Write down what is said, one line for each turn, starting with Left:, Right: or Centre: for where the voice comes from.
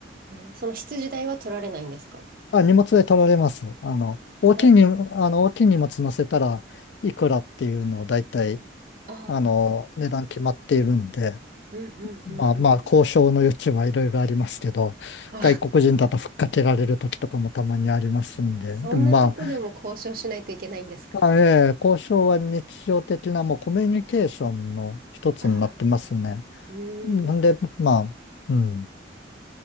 Right: えーその羊代は取られないんですか
Left: あ、荷物で取られます。あの、大きいに、
Right: 取られ、
Left: あの、大きい荷物乗せたらいくらっていうのをだいたい、
Right: ああ、
Left: あの、値段決まっているんで、
Right: うんうんうんうん。
Left: まあまあ、交渉の余地はいろいろありますけど、
Right: あ、
Left: 外国人だとふっかけられる時とかもたまにありますんで、
Right: <laughs> そんなとこでも交渉しないといけないんですか。
Left: でもまあ、まあええ交渉は日常的なもうコミュニケーションの一つになってますね。
Right: ああ、うーん。
Left: なんで、まあ、うん、